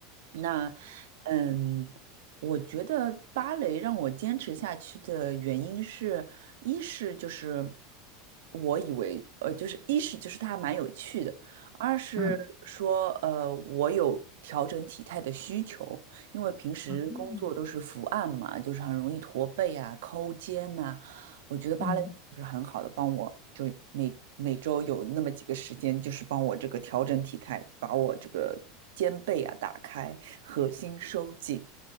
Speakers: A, on the right; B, on the left.
A: 那，嗯，我觉得芭蕾让我坚持下去的原因是，一是就是我以为，呃，就是一是就是它蛮有趣的，二是说，
B: 嗯
A: 呃，我有调整体态的需求，因为平时工作都是伏案嘛，
B: 嗯。
A: 就是很容易驼背啊、抠肩呐、我觉得芭蕾舞就是很好的帮我，
B: 嗯
A: 就每每周有那么几个时间，就是帮我这个调整体态，把我这个肩背啊打开，核心收紧。